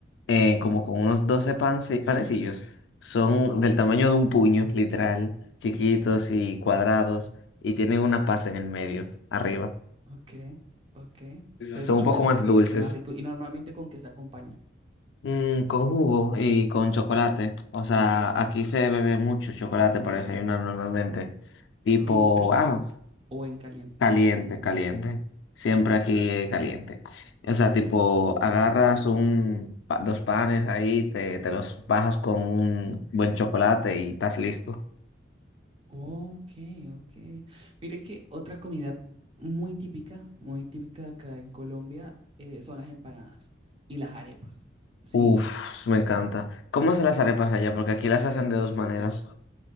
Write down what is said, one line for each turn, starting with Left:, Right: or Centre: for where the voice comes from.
Left: eh, como con unos 12 panci- panecillos. Son del tamaño de un puño, literal, chiquitos y cuadrados, y tienen una pasa en el medio, arriba.
Right: Ok, ok. Pues
Left: Son
Right: suena
Left: un poco
Right: rico,
Left: más dulces.
Right: suena rico. ¿Y normalmente con qué se acompaña?
Left: Mm, con jugo y con chocolate. O sea, aquí se bebe mucho chocolate para desayunar normalmente. Tipo,
Right: ¿En frío
Left: ah,
Right: o en caliente?
Left: Caliente, caliente. Siempre aquí es caliente. O sea, tipo, agarras un, pa- dos panes ahí, te, te los bajas con un buen chocolate y estás listo.
Right: Ok, ok. Mire que otra comida muy típica, muy típica acá en Colombia, eh, son las empanadas y las arepas, ¿sí?
Left: Uf, me encanta. ¿Cómo hacen las arepas allá? Porque aquí las hacen de dos maneras.